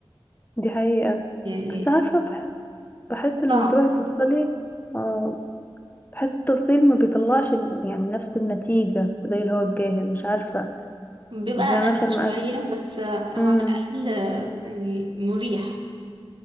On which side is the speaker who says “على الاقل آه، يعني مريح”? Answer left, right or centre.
Right